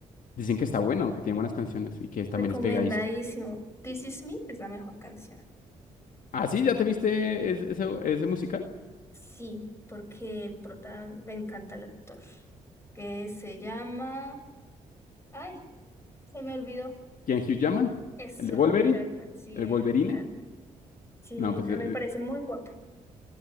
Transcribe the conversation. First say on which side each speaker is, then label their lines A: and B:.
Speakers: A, on the left; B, on the left.
A: Dicen que está bueno, que tiene buenas canciones y que también
B: Recomendadísimo.
A: es pegadizo.
B: This Is Me es la mejor canción.
A: Ah, sí, ¿ya te viste es- ese, ese musical?
B: Sí, porque el prota me encanta el actor, que se llama... Ay, se me olvidó.
A: ¿Quién Hugh Jackman?
B: Eso,
A: ¿El de Wolverine?
B: Hugh Jackman, sí,
A: ¿El
B: él
A: Wolverine?
B: me encanta. Sí,
A: No, pues
B: a
A: eh,
B: mí me parece muy guapo.